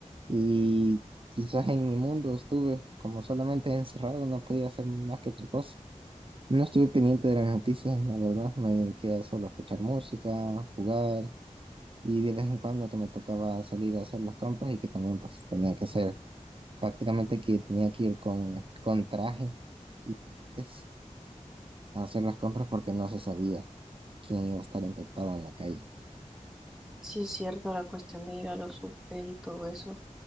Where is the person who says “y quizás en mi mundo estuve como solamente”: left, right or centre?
Right